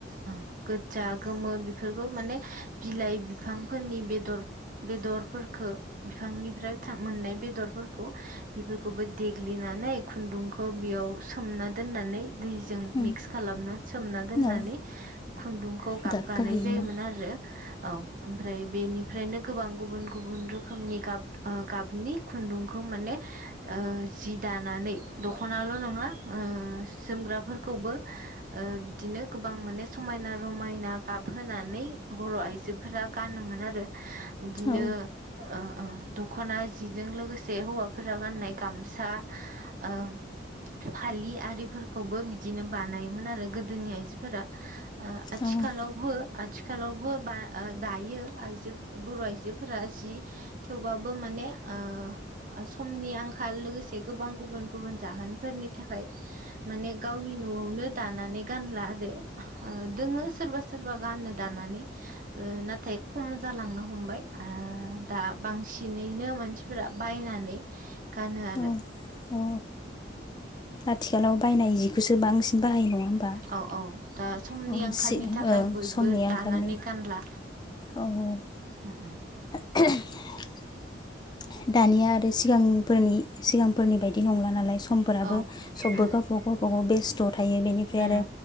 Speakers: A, on the right (about 45°); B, on the left (about 25°).
A: ओ गोजा, गोमो बिफ बेफोरखौ माने बिलाइ बिफांफोरनि बेदर बेदरफोरखो बिफांनिफ्राय थां मोननाय बेदरफोरखौ बेफोरखौबो देग्लिनानै खुन्दुंखौ बेयाव सोमना दोननानै दैजों
B: उम
A: मिक्स खालामना सोमना दोननानै
B: औ
A: खुन्दुंखौ गाबगानाय
B: गाबगाहोयोमोन
A: जायोमोन आरो औ ओमफ्राय बेनि ओफ्रायनो गोबां गुबुन गुबुन रोखोमनि गाब ओ गाबनि खुन्दुं बेखौ माने ओ जि दानानै दख'नाल' नङा ओ जोमग्राफोरखौबो ओ बिदिनो गोबां माने समायना रमायना गाब होनानै बर' आइजोफोरा गानोमोन आरो इदिनो
B: औ
A: ओ ओ दख'ना जिजों लोगोसे जे हौवाफोरा गाननाय गामसा ओं। फालि आरिफोर खौबो बिदिनो बानायोमोन आरो। गोदोनि आइजोफोरा। आथिखालावबो।
B: औ औ
A: आथिखालावबो बा दायो आइजो बर' आइजोफोरा जि थेवबाबो माने ओ समनि आंखाल लोगोसे गोबां गुबुन गुबुन जाहोनफोरनि थाखाय। माने गावनि न'आवनो दानानै। गानला आरो। दोङो सोरबा सोरबा। गाननो दानानै नाथाय खम जालांनो हमबाय। दा बांसिन। नेनो मानसिफोरा। बायनानै। गानो आरो
B: औ औ आथिखालाव बायनाय जिखौसो बांसिन बाहायो नङा होमबा।
A: औ औ दा समनि
B: औ
A: आंखालनि
B: सि
A: थाखाय
B: ओं
A: बयबो
B: समनि
A: दानानै
B: आंखालनि
A: गानला।
B: औ औ।
A: उम उम।
B: <inaudible> दानिया आरो सिगांफोरनि सिगांफोरनि बायदि नंला नालाय। समफोराबो
A: औ
B: सबबो
A: उम
B: गावबा गाव गावबा गाव बेस्थ'। थायो बेनिफ्राय
A: उम
B: आरो